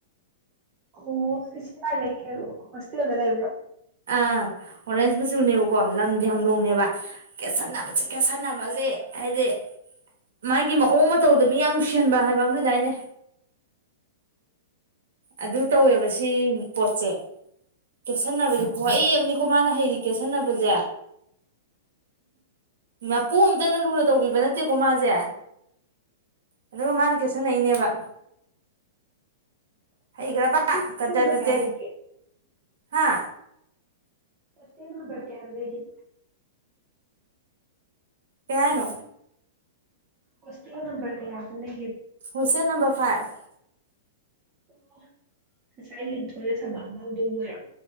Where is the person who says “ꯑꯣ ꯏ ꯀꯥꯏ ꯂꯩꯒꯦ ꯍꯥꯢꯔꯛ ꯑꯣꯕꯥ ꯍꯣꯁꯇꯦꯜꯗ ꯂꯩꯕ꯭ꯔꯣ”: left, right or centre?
Right